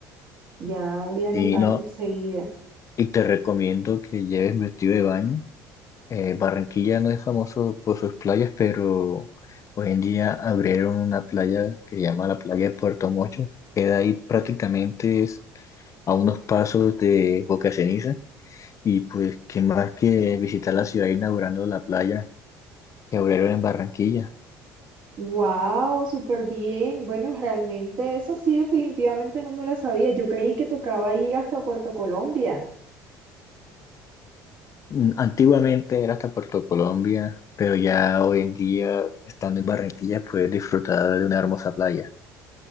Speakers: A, on the right; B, on the left.
A: ya voy a anotarlo
B: Y no,
A: enseguida.
B: y te recomiendo que lleves vestido de baño Eh, Barranquilla no es famoso por sus playas, pero hoy en día abrieron una playa que se llama la playa de Puerto Mocho. Queda ahí prácticamente es a unos pasos de Boca Ceniza. Y pues, ¿qué más que visitar la ciudad inaugurando la playa que abrieron en Barranquilla?
A: Wow, súper bien. Bueno, realmente esa sí definitivamente no me la sabía. Yo creí que tocaba ir hasta Puerto Colombia.
B: Mm, Antiguamente era hasta Puerto Colombia, pero ya hoy en día, estando en Barranquilla, puedes disfrutar de una hermosa playa.